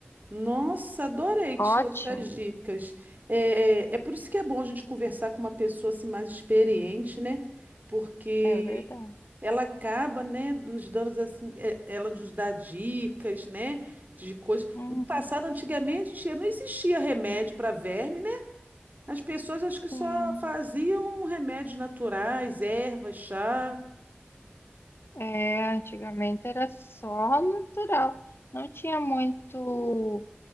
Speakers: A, on the right; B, on the left.
A: Nossa, adorei,
B: Ótimo,
A: tia, essas dicas. É, é é por isso que é bom a gente conversar com uma pessoa assim, mais experiente, né? Porque
B: é verdade.
A: ela acaba, né, nos dando assim, é, ela nos dá dicas, né, de coisas.
B: Uhum,
A: No passado, antigamente, tia, não existia remédio para verme, né? As pessoas acho
B: sim.
A: que só faziam remédios naturais, ervas, chá.
B: É, antigamente era só natural. Não tinha muito